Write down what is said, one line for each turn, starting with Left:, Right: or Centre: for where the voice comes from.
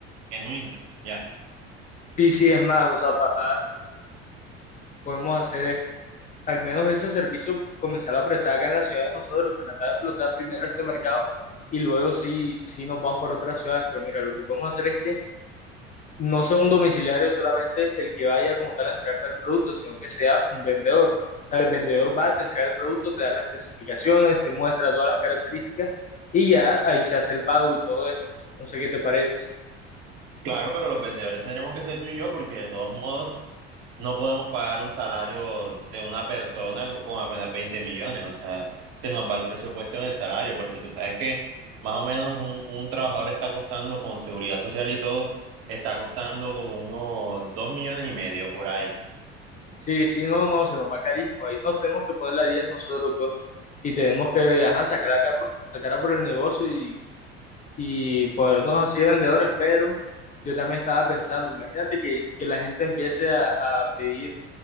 Right: genuino, ya.
Left: Y si es más, o sea, para, podemos hacer esto. Al menos ese servicio comenzar a prestar acá en la ciudad de nosotros, tratar de explotar primero este mercado y luego sí, sí nos vamos por otras ciudades. Pero mira, lo que podemos hacer es que no sea un domiciliario solamente el que vaya como tal a entregarte el producto, sino que sea un vendedor. O sea, el vendedor va, te entrega el producto, te da las especificaciones, te muestra todas las características y ya ahí se hace el pago y todo eso. No sé qué te parece.
Right: Claro, pero los vendedores tendremos que ser tú y yo porque de todos modos no podemos pagar un salario de una persona co- con apenas 20 millones. O sea, se nos va el presupuesto en el salario porque tú sabes que más o menos un, un trabajador está costando con seguridad social y todo, está costando como unos 2 millones y medio por ahí.
Left: Sí, sí, no, no, se nos va carísimo. Ahí nos tenemos que poner la 10 nosotros dos y tenemos que ajá, sacar la cara, por, la cara por el negocio y, y ponernos así de vendedores, pero yo también estaba pensando, imagínate que, que la gente empiece a, a pedir